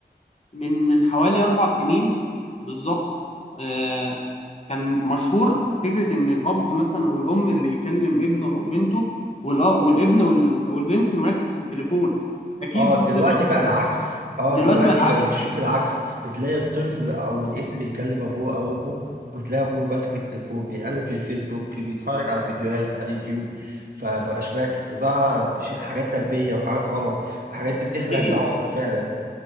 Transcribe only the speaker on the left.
من من حوالي أربع سنين بالظبط آه كان مشهور فكرة إن الأب مثلا أو الأم اللي يكلم ابنه أو بنته والأ- والابن وال- أو البنت مركز في التليفون أكيد
أنت شفت
حاجات
دلوقتي
بقى العكس
أكيد